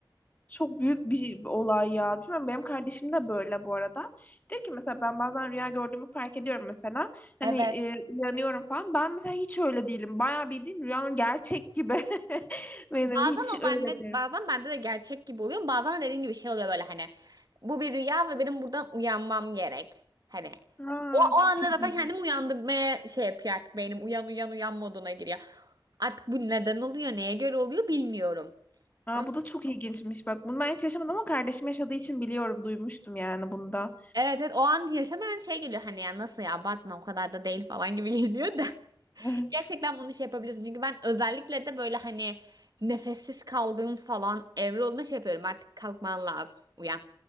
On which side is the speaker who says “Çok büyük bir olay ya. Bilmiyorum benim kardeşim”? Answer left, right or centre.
Left